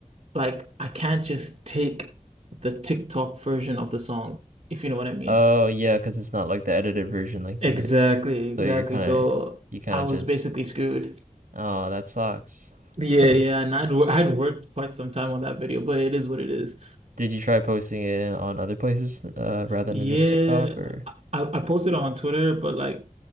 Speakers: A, on the right; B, on the right.
A: like I can't just take the TikTok version of the song, if you know what I mean.
B: Oh yeah, because it's not like the edited version like
A: Exactly,
B: you did.
A: exactly.
B: So you're kind
A: So
B: of you kind
A: I
B: of
A: was
B: just
A: basically screwed.
B: oh that sucks.
A: Yeah,
B: <laughs>
A: yeah, and I'd wor- I'd worked quite some time on that video, but it is what it is.
B: Did you try posting it on other places uh, rather
A: Yeah,
B: than just TikTok or?
A: I, I posted it on Twitter, but like